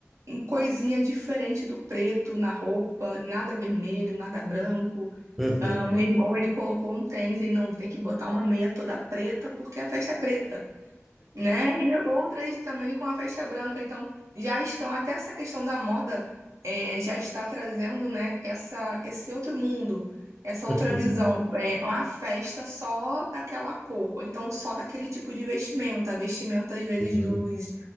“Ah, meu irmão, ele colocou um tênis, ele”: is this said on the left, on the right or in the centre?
Right